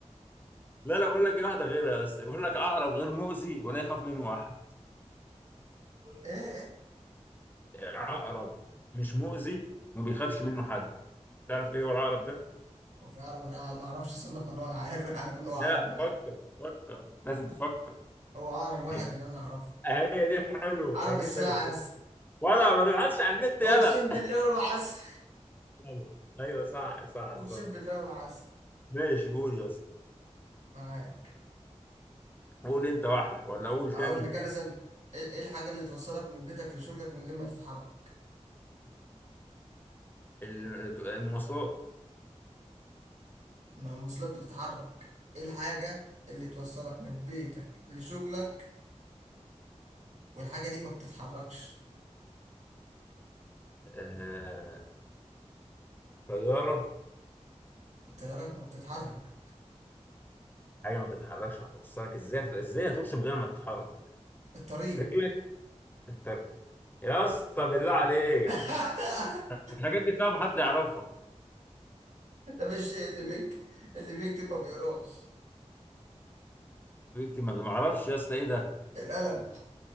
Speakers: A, on the left; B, on the right.
A: لا لا بقول لك دي واحده غيرها يا اسطى بيقول لك عقرب غير مؤذي ولا يخاف منه واحد
B: إيه إيه
A: عقرب مش مؤذي وما بيخافش منه حد تعرف ايه هو العقرب ده
B: هو في عرب أنا ما أعرفش أصنف أنواع العقارب أنا عارف إن هو عقرب
A: لا
B: واحد
A: فكر فكر لازم تفكر
B: هو عقرب واحد
A: هي
B: اللي أنا أعرفه
A: هي دي حلوه
B: عقرب
A: هي دي
B: الساعة
A: حلوه
B: يس
A: ولا ما تبحثش عن النت يلا
B: أقسم بالله ما بعسل
A: ايوه أيوة، صح صح
B: أقسم
A: صح
B: بالله ما بعسل
A: ماشي قول يا اسطى
B: معاك
A: قول انت واحدة ولا اقول تاني
B: هقول لك أنا سن إيه إيه الحاجة اللي توصلك من بيتك لشغلك من غير ما تتحرك؟
A: ال- المواصلات
B: ما الموصلات بتتحرك إيه الحاجة اللي توصلك من بيتك لشغلك والحاجة دي ما بتتحركش
A: آه... طيارة
B: الطيارة ما بتتحرك
A: حاجة ما بتتحركش هتوصلك ازاي ازاي هترسم غير ما تتحرك
B: <laughs> الطريق
A: رجلك التر... يا اسطى بالله عليك
B: <laughs>
A: الحاجات دي صعب حد يعرفها
B: ده مش شيء، اللي بيك اللي بيكتب ما بيقراش
A: بيكتب ما بيعرفش يا اسطى ايه ده
B: القلم